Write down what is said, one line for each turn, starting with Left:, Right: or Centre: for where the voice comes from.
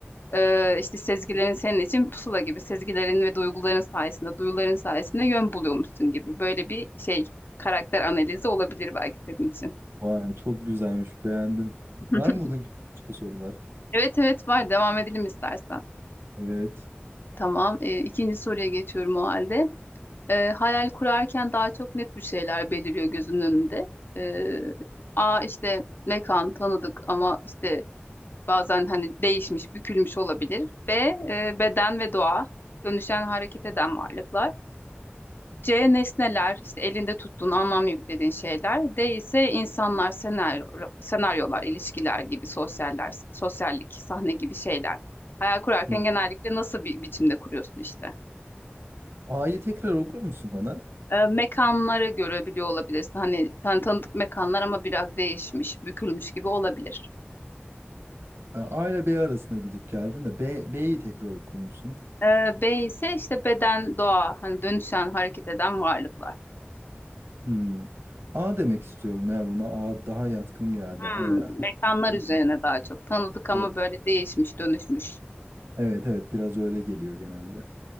Left: E, işte sezgilerin senin için pusula gibi sezgilerin ve duyguların sayesinde, duyuların sayesinde yön buluyormuşsun gibi böyle bir şey karakter analizi olabilir belki senin için.
Right: Vay çok güzelmiş beğendim.
Left: <laughs>
Right: Var mı bunun gibi başka sorular?
Left: Evet evet var devam edelim istersen.
Right: Evet.
Left: Tamam. E, ikinci soruya geçiyorum o halde. E, hayal kurarken daha çok ne tür şeyler beliriyor gözünün önünde? E, A işte mekan tanıdık ama işte bazen hani değişmiş, bükülmüş olabilir. B e, beden ve doğa, dönüşen hareket eden varlıklar. C nesneler, işte elinde tuttuğun anlam yüklediğin şeyler. D ise insanlar, senaryo, senaryolar, ilişkiler gibi sosyaller, sosyallik, sahne gibi şeyler. Hayal kurarken
Right: Hı.
Left: genellikle nasıl bir biçimde kuruyorsun işte?
Right: A'yı tekrar okur musun bana?
Left: e, mekanlara göre biliyor olabilirsin. Hani tan tanıdık mekanlar ama biraz değişmiş, bükülmüş gibi olabilir.
Right: A A ile B arasında gidip geldin de B, B'yi tekrar okur musun?
Left: E, B ise işte beden, doğa, hani dönüşen, hareket eden varlıklar.
Right: Hmm. A demek istiyorum ya buna. A daha yatkın geldi.
Left: Hmm,
Right: Hayal.
Left: mekanlar
Right: Çünkü
Left: üzerine daha çok. Tanıdık ama
Right: evet,
Left: böyle değişmiş, dönüşmüş.
Right: evet evet biraz öyle geliyor genelde.